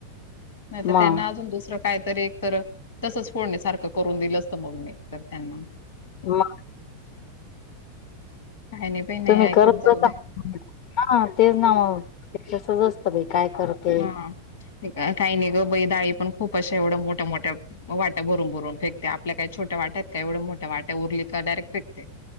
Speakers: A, on the left (about 70°); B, on the left (about 55°).
A: नाही तर
B: मग
A: त्यांना अजून दुसरं काहीतर एतर तसंच फोडनी सारखं करून दिलं असत मग मी तर त्यांना.
B: म.
A: काय नय बाय नाय
B: तुम्ही
A: ऐकत
B: करत
A: जाऊ
B: बसा
A: दे.
B: हा तेच ना म तसच असत बाई. काय करते
A: हा, काही नाही ग बाई डाळी पण खूप अशा एवढं मोठ्या मोठ्या वाट्या भरून भरून फेकते आपल्या काय छोट्या वाट्यात का एवढं मोठ्या वाट्या उरली तर डायरेक्ट फेकते.